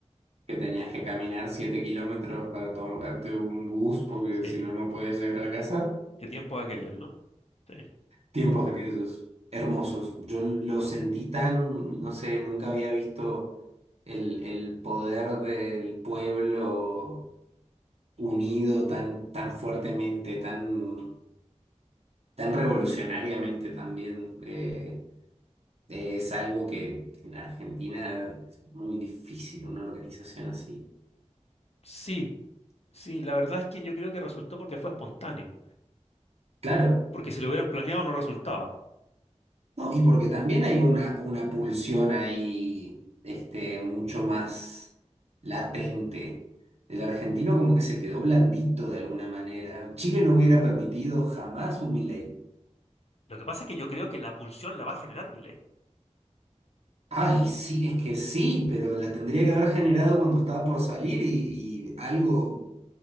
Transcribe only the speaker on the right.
que tenías que caminar 7 kilómetros para tomarte un bus porque
si no, no podías llegar a la casa.
Tiempos aquellos hermosos. Yo lo sentí tan, no sé, nunca había visto el, el poder del pueblo unido tan, tan fuertemente, tan, tan revolucionariamente también. Eh, eh, es algo que en Argentina es muy difícil, una organización así.
Claro,
no, y porque también hay una, una pulsión ahí, este, mucho más latente. El argentino como que se quedó blandito de alguna manera. Chile no hubiera permitido jamás un Milei.
Ay, sí, es que sí, pero la tendría que haber generado cuando estaba por salir y, y algo